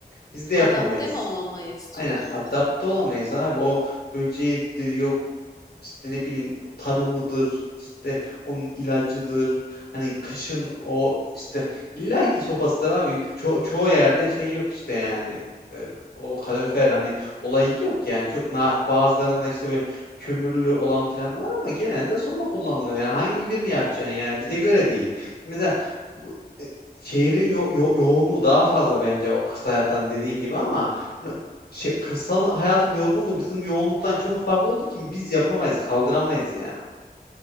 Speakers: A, on the left; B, on the left.
A: Biz de yapamayız.
B: Adapte mi olamayız
A: Aynen
B: diyorsun
A: adapte
B: sen?
A: olamayız abi. O böceğidir yok işte ne bileyim tarımıdır işte onun ilacıdır hani kışın o işte illaki sopasıdır abi Ço- çoğu yerde şey yok işte yani E, o kalorifer hani olayı yok yani çok na bazılarında işte böyle kömürlü olan falan var ama genelde soba kullanılıyor yani hangi birini yapacaksın yani bize göre değil mesela bu e, şehrin yo- yo- yoğunluğu daha fazla bence o kırsal hayattan dediğin gibi ama hani şey, kırsal hayatın yorgunluğu bizim yoğunluktan çok farklı olduğu için biz yapamayız, kaldıramayız yani.